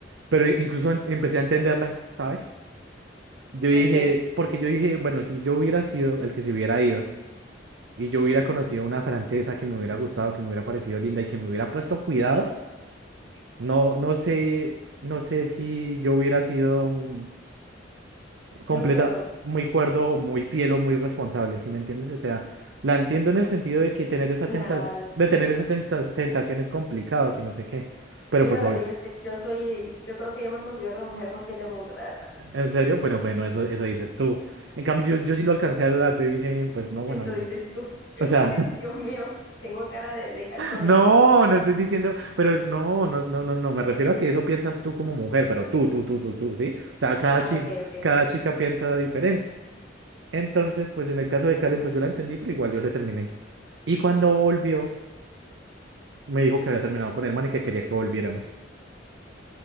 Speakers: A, on the right; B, on the left.
A: pero incluso en- empecé a entenderla, ¿sabes? Yo dije,
B: ¿Por qué?
A: porque yo dije, bueno, si yo hubiera sido el que se hubiera ido y yo hubiera conocido una francesa que me hubiera gustado, que me hubiera parecido linda y que me hubiera puesto cuidado, no, no sé, no sé si yo hubiera sido mm, completa,
B: Muy cuerdo.
A: muy cuerdo, muy fiel o muy responsable, ¿sí me entiendes? O sea, la entiendo en el sentido de que tener esa
B: Nada,
A: tentas, de tener esas tentas- tentación es complicado, que no sé qué. Pero
B: yo
A: pues
B: la verdad,
A: obvio,
B: yo, ser- yo soy, yo creo que yo me considero la mujer más fiel del mundo, la verdad.
A: en serio, bueno, bueno, eso, eso dices tú. En cambio, yo, yo sí lo alcancé a dudar, yo dije, pues
B: <laughs>
A: no, bueno,
B: Eso
A: no.
B: dices tú. <laughs>
A: O sea,
B: Dios mío, tengo cara de, de cachona
A: No,
B: que.
A: no estoy diciendo, pero no, no, no, no, no, me refiero a que eso piensas tú como mujer, pero tú, tú, tú, tú, tú, ¿sí? O sea, cada
B: Ah,
A: chica,
B: ok, ok.
A: cada chica piensa diferente. Entonces, pues en el caso de Karen, pues yo la entendí, pero igual yo le terminé. Y cuando volvió, me dijo que había terminado con el man y que quería que volviéramos.